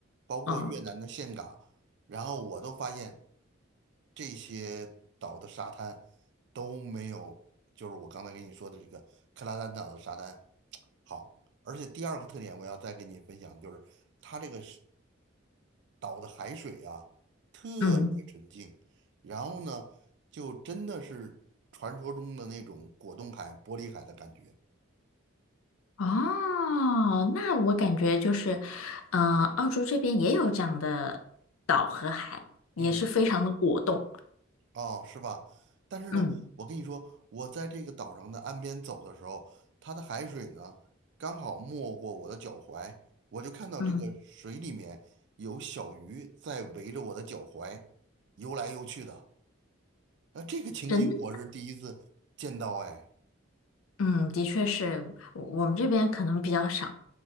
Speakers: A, on the right; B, on the left.
A: 包括越南的岘港，
B: 嗯
A: 然后我都发现这些岛的沙滩都没有，就是我刚才跟你说的这个克拉丹岛的沙滩好。而且第二个特点，我要再跟你分享，就是它这个岛的海水啊特别纯净，
B: 嗯，
A: 然后呢，就真的是传说中的那种果冻海、玻璃海的感觉。
B: 哦，那我感觉就是，呃，澳洲这边也有这样的岛和海，也是非常的果冻。
A: 嗯，哦，是吧？但是呢，
B: 嗯
A: 我跟你说，我在这个岛上的岸边走的时候，它的海水呢刚好没过我的脚踝，我就看到这个水里面有小鱼在围着我的脚踝游来游去的。
B: 嗯。
A: 那这个情景我是第一次见到，
B: 真的
A: 哎。
B: 嗯，的确是，我我们这边可能比较少。